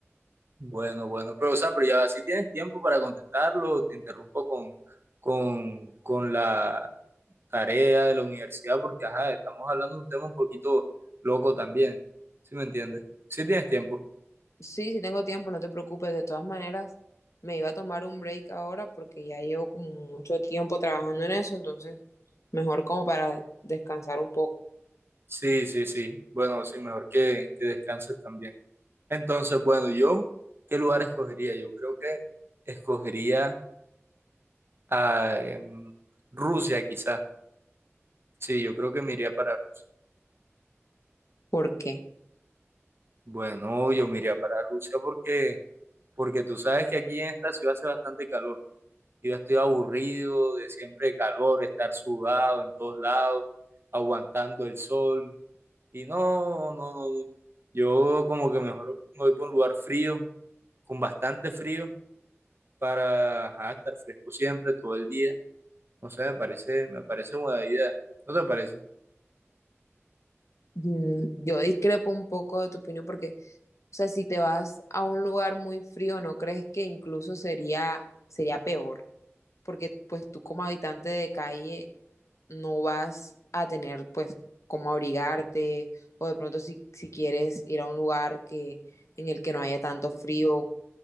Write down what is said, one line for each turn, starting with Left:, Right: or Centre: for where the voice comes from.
Right: Bueno, bueno, pero o sea, pero ya si tienes tiempo para contestarlo, te interrumpo con, con, con la tarea de la universidad, porque ajá, estamos hablando de un tema un poquito loco también, ¿sí me entiendes? Si tienes tiempo.
Left: Sí, sí tengo tiempo, no te preocupes. De todas maneras, me iba a tomar un break ahora porque ya llevo como mucho tiempo trabajando en eso, entonces mejor como para descansar un poco.
Right: Sí, sí, sí. Bueno, sí, mejor que, que descanses también. Entonces, bueno, yo, ¿qué lugar escogería? Yo creo que escogería a em, Rusia, quizás. Sí, yo creo que me iría para Rusia.
Left: ¿Por qué?
Right: Bueno, yo me iría para Rusia porque, porque tú sabes que aquí en esta ciudad hace bastante calor. Yo estoy aburrido de siempre calor, estar sudado en todos lados, aguantando el sol. Y no, no, no. no. Yo como que mejor me voy por un lugar frío, con bastante frío, para ajá, estar fresco siempre, todo el día No sé, me parece, me parece buena idea. ¿No te parece?
Left: Mm, Yo discrepo un poco de tu opinión porque, o sea, si te vas a un lugar muy frío, ¿no crees que incluso sería, sería peor? Porque pues tú como habitante de calle no vas a tener pues cómo abrigarte o de pronto si, si quieres ir a un lugar que, en el que no haya tanto frío,